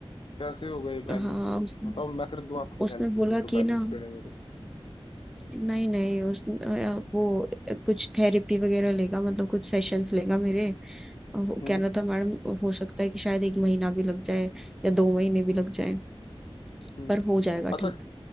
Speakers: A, on the left (about 60°); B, in the centre.
A: कैसे होगा ये बैलेंस
B: हाँ उसने
A: बताओ मैं कर दूं आपकी
B: उसने
A: हेल्प इसमें
B: बोला
A: तो
B: कि
A: बैलेंस
B: ना
A: करने में तो
B: नहीं नहीं उस अ, वो कुछ थेरेपी वगैरह लेगा मतलब कुछ सेशंस लेगा मेरे अ, वो
A: हम्म
B: कह रहा था मैडम हो सकता है कि शायद एक महीना भी लग जाए या दो महीने भी लग जाए
A: हम्म
B: पर हो जाएगा
A: अच्छा
B: ठीक